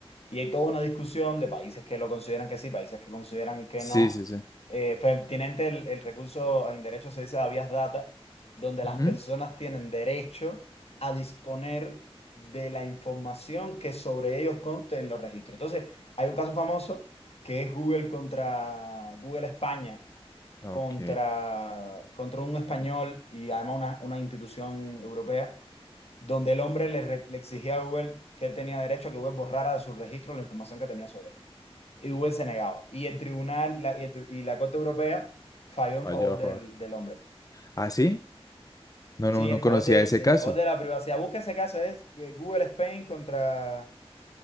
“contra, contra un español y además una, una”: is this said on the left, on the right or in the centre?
Left